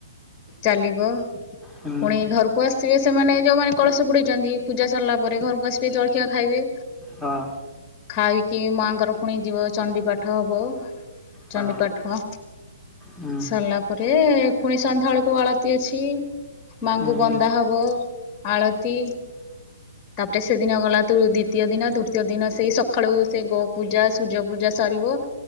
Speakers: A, on the left; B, in the centre.
A: ଚାଲିବ।
B: ହୁଁ
A: ପୁଣି ଘରକୁ ଆସିବେ ସେମାନେ ଯୋଉମାନେ କଳସ ବୁଡ଼େଇଛନ୍ତି, ପୂଜା ସରିଲା ପରେ ଘରକୁ ଆସିବେ ଜଳଖିଆ ଖାଇବେ।
B: ହଁ।
A: ଖାଇକି ମାଆଙ୍କର ପୁଣି ଯିବ ଚଣ୍ଡି ପାଠ ହବ।
B: ହଁ
A: ଚଣ୍ଡିପାଠଂ
B: ହୁଁ
A: ସରିଲା ପରେ ପୁଣି ସନ୍ଧ୍ୟା ବେଳକୁ ଆଳତି ଅଛି। ମାଙ୍କୁ
B: ହୁଁ
A: ବନ୍ଦା ହବ ଆଳତି ତାପରେ ସେଦିନ ଗଲା ତୁ ଦ୍ଵିତୀୟ ଦିନ ତୃତୀୟ ଦିନ ସେଇ ସକାଳୁ ସେ ଗୋ ପୂଜା ସୂର୍ଯ୍ୟ ପୂଜା ସରିବ